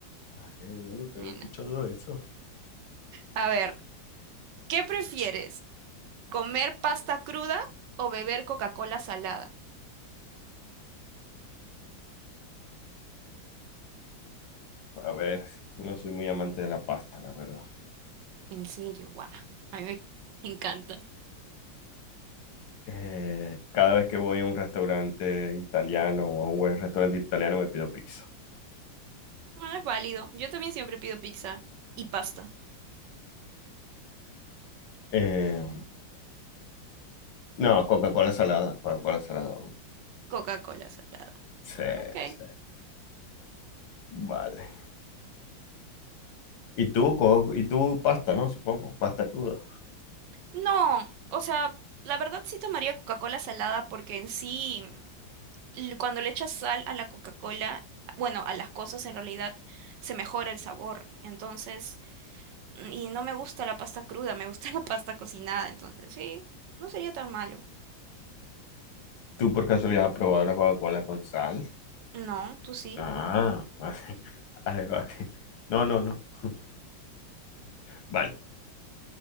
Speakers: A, on the left; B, on the right.
A: Madre mía, nunca
B: Ni
A: había escuchado
B: nada.
A: eso.
B: A ver, ¿qué prefieres? ¿Comer pasta cruda o beber Coca-Cola salada?
A: A ver, no soy muy amante de la pasta, la verdad.
B: En serio, guau. A mí me encanta.
A: Eh, cada vez que voy a un restaurante italiano o a un buen restaurante italiano me pido pizza.
B: Bueno, es válido. Yo también siempre pido pizza y pasta.
A: Eh, no, Coca-Cola salada, Coca-Cola salada.
B: Coca-Cola salada.
A: Sí,
B: Ok.
A: sí, vale. ¿Y tú, co- y tú pasta, no? Supongo, pasta cruda.
B: No, o sea, la verdad sí tomaría Coca-Cola salada porque en sí. l- cuando le echas sal a la Coca-Cola, bueno, a las cosas en realidad se mejora el sabor. Entonces, mm, y no me gusta la pasta cruda, me gusta <laughs> la pasta cocinada. Entonces, sí, no sería tan malo.
A: ¿Tú por casualidad has probado la Coca-Cola con sal?
B: No, tú sí.
A: Ah, vale, <laughs> vale, vale. No, no, no. <laughs> Vale.